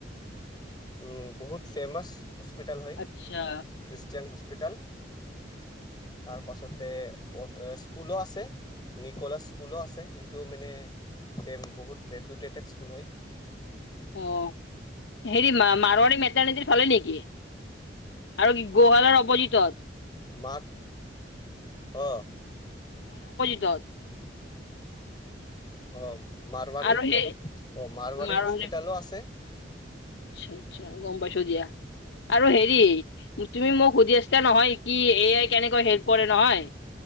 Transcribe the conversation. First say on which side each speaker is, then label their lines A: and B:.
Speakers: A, on the left; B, on the left.
A: উম বহুত ফেমাছ। হস্পিটেল হয়
B: আচ্ছা
A: খ্ৰীষ্টিয়ান হস্পিটেল। তাৰ পাছতে অ স্কুলো আছে। নিকলা স্কুলো আছে সেইটো মানে ফেম বহুত ৰেপুউটেটেড স্কুল হয়।
B: অ হেৰি মা মাৰোৱাৰাৰী মেটনদিৰ চলে নেকি? আৰু গোহালৰ অপজিতত।
A: মাক অঁ।
B: যত
A: অ মাৰবাৰী
B: আৰু সেই
A: অ মাৰবাৰী
B: আৰু
A: হস্পিতালো
B: হেৰি-
A: আছে।
B: আচ্ছা আচ্ছা গম পাইছো দিয়া। আৰু হেৰি তুমি মোক সুধি আছা নহয় কি এ আই কেনেকৈ হেল্প কৰে নহয়।